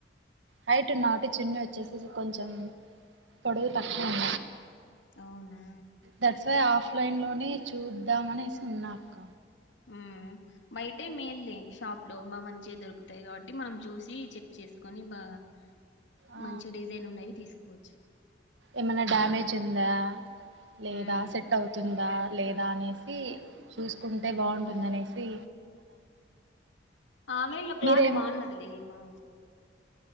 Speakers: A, on the right; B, on the left.
A: హైట్ ఉన్నా వాటి చున్నీ వచ్చేసేసి కొంచెం పొడుగు తక్కువ <inaudible>
B: అవునా
A: ధట్స్ వై ఆఫ్ లైన్ లోనే చూద్దాం అనేసి ఉన్నాక్క
B: ఆమ్మ్ ఉమ్ బయటే మేళ్ళే షాప్ లో మా మంచి దొరుకుతాయి కాబట్టి మనం చూసి చెక్ చేసుకొని బాగ్
A: ఆ,
B: మంచి డిజైన్ ఉన్నవి తీసుకోచ్చు
A: ఏమనా డ్యామేజ్ ఉందా లేదా
B: మ్మ్
A: సెట్ అవుతు ఉందా లేదా అనేసి చూసుకుంటే బావుంటుంది అనేసి
B: ఆలైన్లో క్లాత్
A: మీరేం
B: బాన్నదిలేమా